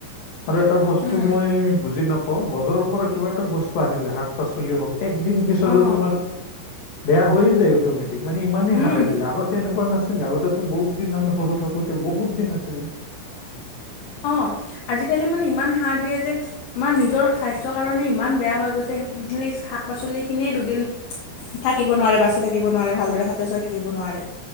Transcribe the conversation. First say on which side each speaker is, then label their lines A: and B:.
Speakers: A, on the left (about 55°); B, on the left (about 70°).
A: আৰু এটা বস্তু
B: উম
A: মই বুজি নাপ বজাৰৰ পৰা কিবা এটা বস্তু আনিলা ল, শাক-পাচলিয়ে হওঁক একদিন পিছতে
B: অঁ
A: তোমাৰ বেয়া হৈয়ে যায় অট'মেটিক মানে ইমানেই
B: উম
A: হাৰ্ দিয়ে, আগতে এনেকুৱা নাছিলে। আগতেটো বহুত দিন আমি সৰু থাকোঁতে বহুত নাছিলে
B: অ', আজিকালি মানে ইমান সাৰ দিয়ে। যে আমাৰ নিজৰ স্বাস্থ্যৰ কাৰণে ইমান বেয়া হৈ গৈছে, সেই শাক পাচলি খিনিয়ে দুদিন থাকিব নোৱাৰে বাচি থাকিব নোৱাৰে, ভালদৰে সতেজ হৈ থাকিব নোৱাৰে।